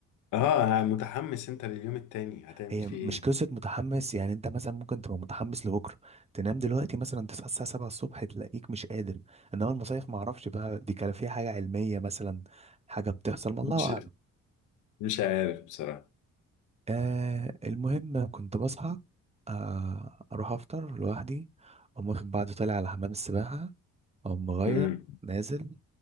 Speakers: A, on the left; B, on the right.
A: اه انا متحمس انت لليوم التاني هتعمل
B: هي
A: فيه
B: مش
A: ايه
B: قصة متحمس يعني انت مثلا ممكن تبقى متحمس لبكرة تنام دلوقتي مثلا تصحى الساعة 7 الصبح تلاقيك مش قادر انما المصايف معرفش بقى دي كان فيها حاجة علمية مثلا حاجة بتحصل ما الله
A: مش
B: اعلم
A: مش عارف بصراحه
B: آه المهم كنت بصحى آه اروح افطر لوحدي اقوم واخد بعض طالع على حمام السباحة اقوم مغير
A: امم
B: نازل